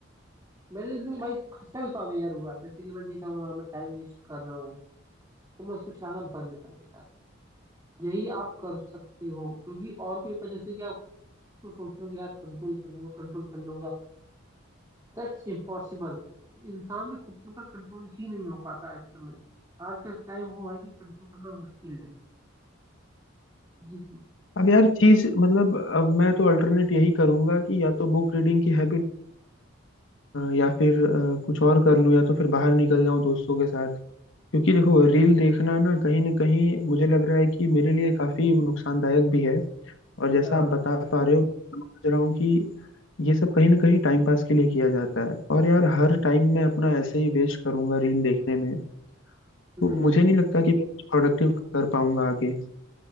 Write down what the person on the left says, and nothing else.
अब यार चीज मतलब अब मैं तो अल्टरनेट यही करूंगा कि या तो बुक रीडिंग की हैबिट या फिर अ, कुछ और कर लूं या तो फिर बाहर निकल जाऊं दोस्तों के साथ क्योंकि देखो रील देखना ना कहीं ना कहीं मुझे लग रहा है कि मेरे लिए काफी नुकसानदायक भी है और जैसा
आप बता पा रहे हो समझ रहा हूँ कि ये सब कहीं ना कहीं टाइम पास के लिए किया जाता है और यार हर टाइम मैं अपना ऐसे ही वेस्ट करूंगा रील देखने में
तो
मुझे नहीं लगता कि मैं कुछ प्रोडक्टिव कर पाऊंगा आगे